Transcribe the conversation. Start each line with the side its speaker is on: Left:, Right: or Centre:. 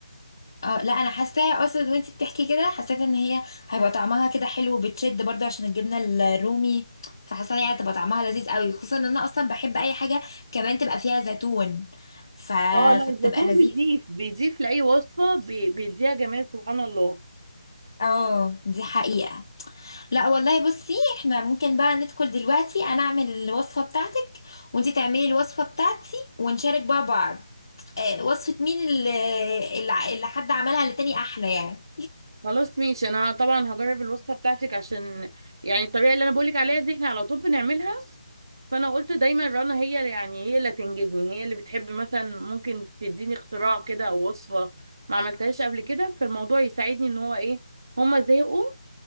Left: آه لا انا حاساها اصلا وانتي بتحكي كده حسيت ان هي هيبقى طعمها كده حلو وبتشد برضه عشان الجبنه الرومي فحاسه ان هي هتبقى طعمها لذيذ قوي خصوصا ان انا اصلا بحب اي حاجه كمان تبقى فيها زيتون ف...
Right: اه لا
Left: فبتبقى
Right: الزيتون
Left: لذيذ
Right: بيضيف بيضيف لأي وصفة بي- بيديها جمال سبحان الله
Left: اه دي حقيقه لا والله بصي احنا ممكن بقى ندخل دلوقتي انا اعمل الوصفه بتاعتك وانتي تعملي الوصفه بتاعتي ونشارك بقى بعض آه، وصفة مين اللي, اللي حد عملها للتاني احلى يعني
Right: خلاص ماشي انا طبعا هجرب الوصفه بتاعتك عشان يعني الطريقه اللي انا بقولك عليها دي احنا على طول بنعملها فانا قلت دايما رنا هي اللي- يعني هي اللي تنجدني هي اللي بتحب مثلا ممكن تديني اختراع كده او وصفه ما عملتهاش قبل كده فالموضوع يساعدني ان هو ايه هما زهقوا